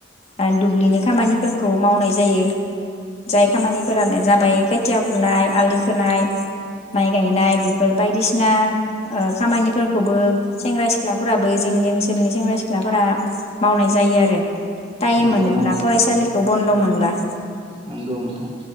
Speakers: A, on the left; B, on the right.
A: ओ दुब्लिनि खामानिफोरखौ मावनाय जायो। जाय खामानिफोरानो जाबाय खोथिया फुनाय आलि खोनाय माइ गायनाय बेफोर बायदिसिना ओ खामानिफोरखौबो सेंग्रा सिख्लाफोराबो जोंनि ओनसोलनि सेंग्रा सिख्लाफोरा मावनाय जायो आरो। टाइम
B: नंगौ
A: मोनोब्ला
B: नामा नोंथां
A: फरायसालिखौ बन्द' मोन बा
B: नंगौ नोंथां